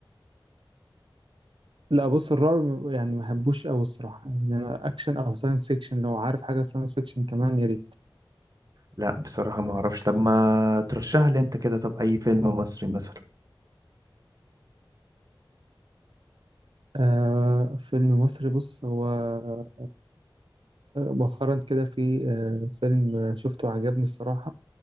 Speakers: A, on the right (about 80°); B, on the right (about 45°).
A: لا بص الرعب يعني ما بحبوش قوي الصراحة ان انا اكشن او ساينس فيكشن لو عارف حاجة ساينس فيكشن كمان يا ريت
B: لا بصراحة ما اعرفش طب ما ترشح لي انت كده طب اي فيلم مصري مثلا
A: آه فيلم مصري بص هو آه، مؤخرا كده في آه فيلم آه، شفته عجبني الصراحة